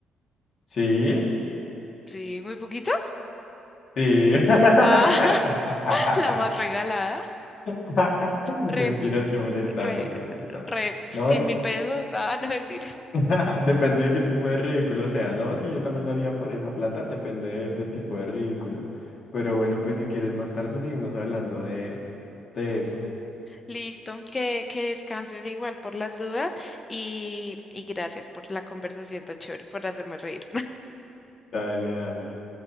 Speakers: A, on the left; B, on the left.
A: sí,
B: Sí, muy poquito.
A: sí. <laughs>
B: Ah, <laughs> la más regalada.
A: <laughs>
B: Rep,
A: Mentira, estoy molestando,
B: re,
A: estoy molestando.
B: re, cien
A: No,
B: mil pesos. Ah, no, mentira.
A: <laughs> depende de qué tipo de ridículo sea. No, sí, yo también lo haría por esa plata, depende de- del tipo de ridículo. Pero bueno, pues si quieres más tarde seguimos hablando de, de eso.
B: Listo, que, que descanses igual por las dudas y, y gracias por la conversación tan chévere, por hacerme reír.
A: Dale, dale.
B: <laughs>